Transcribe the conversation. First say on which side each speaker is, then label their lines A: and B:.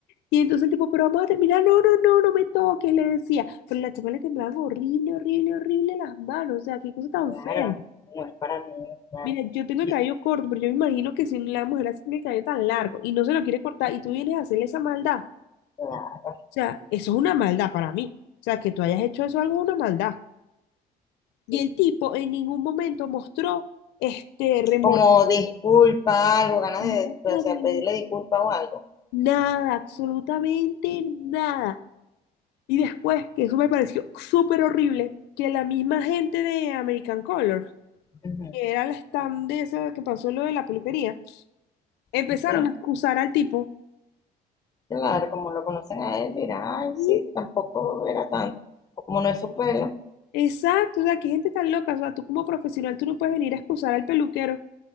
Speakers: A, on the left; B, on the left.
A: Y entonces el tipo, pero vamos a terminar, no, no, no, no me toques, le decía. Pero la chama le temblaban horrible, horrible, horrible las manos, o sea, qué cosa tan
B: Claro,
A: fea.
B: no es para mí, claro.
A: Mira, yo tengo
B: Y-
A: el cabello corto, pero yo me imagino que si la mujer así tiene el cabello tan largo y no se lo quiere cortar y tú vienes a hacerle esa maldad, o
B: claro,
A: sea, eso es una maldad para mí. O sea, que tú hayas hecho eso algo es una maldad. Y
B: sí,
A: el tipo
B: sí.
A: en ningún momento mostró este remordimiento,
B: como disculpa, algo, ganas
A: nada,
B: de, o sea, pedirle disculpa o algo.
A: Nada, absolutamente nada. Y después, que eso me pareció súper horrible, que la misma gente de American Color,
B: Ujú,
A: que era el stand de esa que pasó lo de la peluquería, empezaron
B: ok.
A: a excusar al tipo.
B: Claro, como lo conocen a él, dirá, ay,
A: Mm,
B: sí, tampoco era tanto. Como no es su pelo.
A: Exacto, o sea, qué gente tan loca, o sea, tú como profesional, tú no puedes venir a excusar al peluquero. O